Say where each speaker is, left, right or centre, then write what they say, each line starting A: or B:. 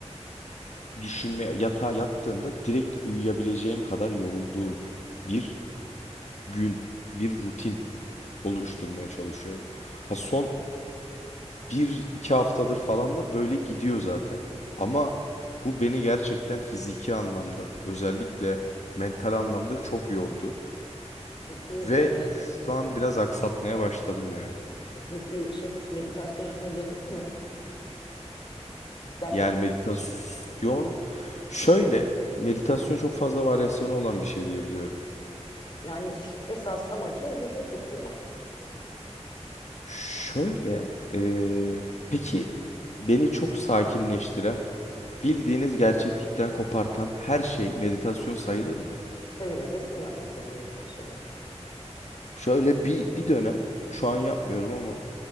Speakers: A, on the left (about 75°); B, on the left (about 40°).
A: düşünme yatağa yattığımda direkt uyuyabileceğim kadar yorulduğum bir gün, bir rutin oluşturmaya çalışıyorum. Ha son bir iki haftadır falan da böyle gidiyor zaten. Ama bu beni gerçekten fiziki anlamda özellikle mental anlamda çok yordu.
B: Peki
A: Ve
B: e,
A: şu an biraz aksatmaya başladım yani.
B: peki şey hiç meditasyon yapmayı denedin mi? Gerçekten
A: Yani meditasyon şöyle meditasyon çok fazla varyasyonu olan bir şey diyebiliyorum.
B: Yani ş- esas amacı zihni susturmak.
A: Şöyle eee, peki beni çok sakinleştiren bildiğiniz gerçeklikten kopartan her şey meditasyon sayılır mı?
B: Sayılır. Resim yapmak da bir meditasyondur.
A: Şöyle bir, bir dönem şu an yapmıyorum ama